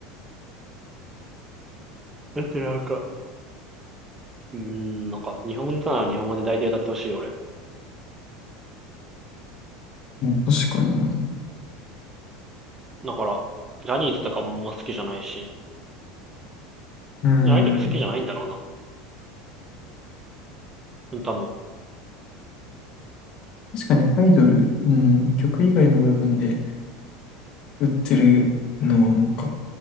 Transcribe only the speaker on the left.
まあ確かにな。
うーん。
確かにアイドル、うん、曲以外の部分で売ってるのはなんか、